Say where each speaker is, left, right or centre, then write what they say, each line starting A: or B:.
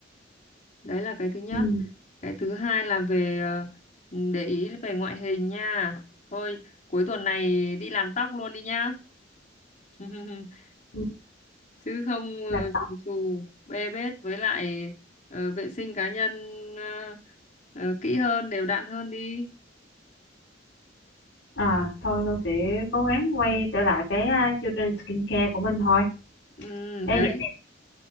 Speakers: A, on the left (about 40°); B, on the left (about 70°).
A: Đấy là cái thứ nhất.
B: ừ,
A: Cái thứ hai là về ờ, để ý về ngoại hình nha. Thôi, cuối tuần này đi làm tóc luôn đi nhá. <laughs>
B: ừ,
A: chứ không ờ,
B: làm tóc
A: bù xù bê bết với lại ờ, vệ sinh cá nhân ờ, ờ, kỹ hơn đều đặn hơn đi
B: à thôi tôi sẽ cố gắng quay trở lại cái à, chương trình skincare của mình thôi
A: ừ,
B: Ê,
A: đấy
B: vậy